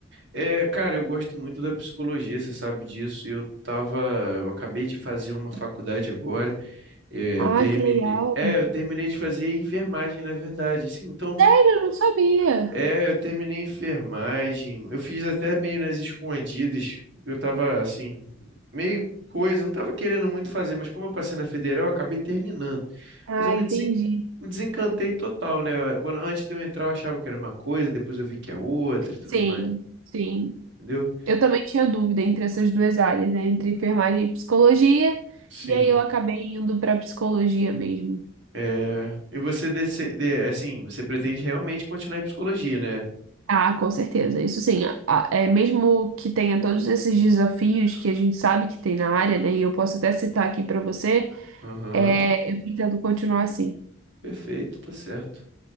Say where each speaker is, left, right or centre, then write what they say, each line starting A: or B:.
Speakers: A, on the right (about 60°); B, on the right (about 80°).
A: É, cara, eu gosto muito da psicologia, você sabe disso. Eu tava, eu acabei de fazer uma faculdade agora. É,
B: Ah,
A: Eu terminei.
B: que legal.
A: É, eu terminei de fazer enfermagem, na verdade. Assim, então,
B: Sério, eu não sabia.
A: é, eu terminei enfermagem. Eu fiz até meio nas escondidas. Eu tava assim, meio coisa, não tava querendo muito fazer, mas como eu passei na federal, eu acabei terminando.
B: Ah,
A: Mas eu me
B: entendi.
A: desen- me desencantei total, né? Eu- Quando, antes de eu entrar, eu achava que era uma coisa, depois eu vi que é outra e tudo
B: Sim,
A: mais,
B: sim.
A: entendeu?
B: Eu também tinha dúvida entre essas duas áreas, né? Entre enfermagem e psicologia,
A: Sim.
B: e aí eu acabei indo para psicologia mesmo.
A: É... E você, desse- de- assim, você pretende realmente continuar em psicologia, né?
B: Ah, com certeza. Isso sim, a- a- é mesmo que tenha todos esses desafios que a gente sabe que tem na área, né? E eu posso até citar aqui para você,
A: Aham,
B: é, eu pretendo continuar assim.
A: Perfeito, tá certo.